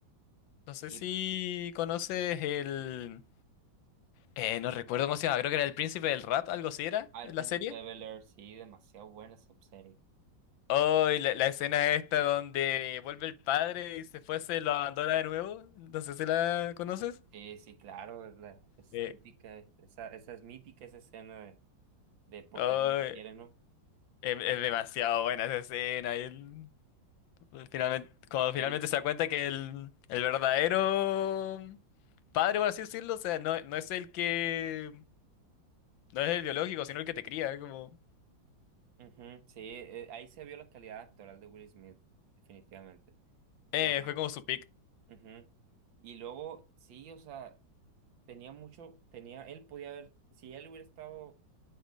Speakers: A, on the left; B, on the right.
A: No sé
B: Sí,
A: si conoces el... eh, no recuerdo cómo se llama, creo que era el príncipe del rap, algo así era,
B: al
A: en la
B: Príncipe
A: serie.
B: de Bel-Air, sí, demasiado buena esa serie.
A: Oh, y la, la escena esta donde vuelve el padre y se fue, se lo abandona de nuevo. No sé si la conoces.
B: Sí, sí, claro, es, la, es
A: Eh,
B: típica, e, esa, esa es mítica, esa escena de, de por
A: Oh,
B: qué no me
A: es,
B: quieren, ¿no?
A: es demasiado buena esa escena. Y él, pues, finalmente, cuando
B: Y,
A: finalmente se da cuenta que el, el verdadero padre, por así decirlo, o sea, no, no es el que, no es el biológico, sino el que te cría. Como,
B: ujú, sí, eh, ahí se vio la calidad actoral de Will Smith, definitivamente.
A: eh,
B: Y aparte,
A: fue como su pick.
B: ujú. Y luego, sí, o sea, tenía mucho, tenía, él podía haber, si él hubiera estado,